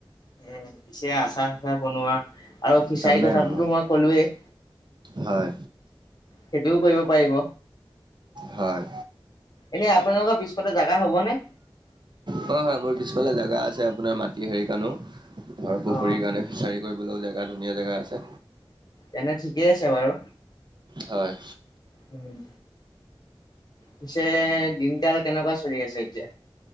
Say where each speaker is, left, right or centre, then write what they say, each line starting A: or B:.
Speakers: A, on the left; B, on the right.
A: উ পিছে আচাৰ চাচাৰ বনোৱা আৰু ফিচাৰী
B: কাম নাই
A: কথাটোতো
B: আৰু মোৰ
A: মই কলোৱেই।
B: হয়।
A: সেইটোও কৰিব পাৰিব।
B: হয়,
A: এনে আপোনালোকৰ পিছফতে জোগা হ'বনে?
B: হয় হয় মোৰ পিছফালে জেগা আছে আছে আপোনাৰ মাটি হেৰিৰ কাৰণেও ধৰ পুখুৰীৰ
A: অ
B: কাৰণে ফিচাৰী কৰিবলৈও জেগা ধুনীয়া জেগা আছে।
A: তেনে ঠিকেই আছে বাৰু।
B: হয়।
A: উম পিছে দিনকাল কেনেকুৱা চলি আছে এতিয়া?